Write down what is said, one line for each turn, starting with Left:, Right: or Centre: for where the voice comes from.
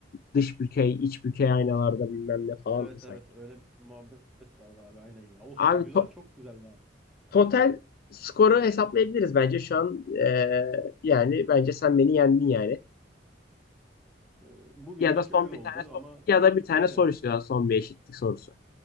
Left: dış bükey, iç bükey aynalarda bilmem ne falan
Centre: Evet
Left: mı sanki?
Centre: evet öyle bir muhabbet vardı abi aynen ya. Olsun
Left: Abi
Centre: güzel
Left: to-
Centre: çok güzeldi abi.
Left: total skoru hesaplayabiliriz bence şu an. Ee, yani bence sen beni yendin yani.
Centre: Ee, bugünlük
Left: Ya da son
Centre: öyle
Left: bir
Centre: oldu
Left: tane
Centre: ama
Left: sor- ya da bir tane
Centre: aynen.
Left: soru istiyorlar. Son bir eşitlik sorusu.